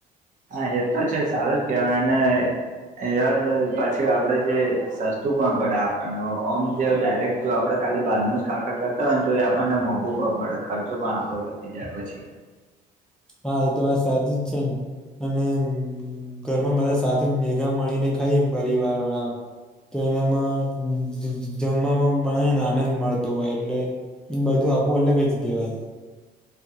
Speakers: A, on the right; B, in the centre.
A: હા એ તો છે સારું જ કેહેવાય ને. <unintelligible> પછી આપડે જે સસ્તું પણ પડે આપણને ઓ ઓમ જે ડાયરેક્ટ જો આપડે ખાલી બહાર નું જ ખાખા કરતા હોય ને તો એ આપણને મોંઘુ પણ પડે ખર્ચો પણ આપડો વધી જાય પછી.
B: હા એ તો વાત સાચી જ છે ને. અને ઘરમાં બધા સાથે ભેઘા મળીને ખાઈએ પરિવાર વાળા તો એનામાં જમવામાં પણ હેને આનંદ મળતો હોય એટલે ઈ બધું આખું અલગ જ કેવાય.